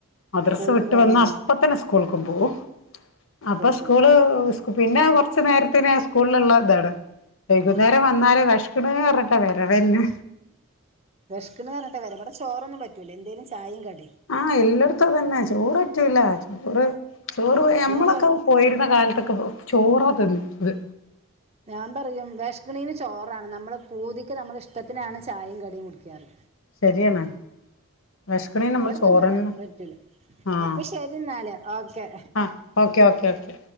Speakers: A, on the left (about 65°); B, on the right (about 30°).
A: മദ്രസ
B: സ്കൂളിലും
A: വിട്ട്
B: പോവാന്
A: വന്ന അപ്പ തന്നെ സ്കൂൾകു പോകുംഅപ്പ
B: സ്കൂൾക്കും
A: സ്കൂള്
B: പോകും
A: പിന്നെ കുറ- കുറച്ച്നേരത്തെ ആ സ്കൂളിലുള്ള ഇതാ ട് വൈകുന്നേരം
B: ആ
A: വന്നാൽ വിഷപ്പ് വേശക്ക്ണ്പറഞ്ഞിട്ട്‌വരവ് തന്നെ
B: വെശക്ക്ണ്എന്ന് പറഞ്ഞട്ട വരെവിടെ ചോറൊന്നും പറ്റൂല്ല എന്തങ്കലും ചായയും കടി
A: ആ എല്ലായിടത്തും തന്നെ ചോററ്റുല്ല ചോറ് ചോറ് നമ്മളൊക്കെ
B: ഞാൻ പറ
A: പോയിരുന്ന കാലത്തൊക്കെ ചോറാ തിന്നിരുന്ന് ന്നത്
B: ഞാൻ പറയും വേശകണീന് ചോറ് എപ്പോഴാണ് നമ്മള് പൂതിക്ക് നമ്മുടെ ഇഷ്ടത്തിനാണ് ചായയും കടിയും കുടിക്കാറ്
A: ശരിയാണ് വിഷക്കണേന് നമ്മള്
B: ഇവിടത്തൊന്നുംല
A: ചോറന്നെ
B: പറ്റൂല
A: ആഹ്
B: അപ്പൊ ശരി എന്നല്ഓക്കെ
A: ആഹ് ഓക്കെ ഓക്കെ ഓക്കെ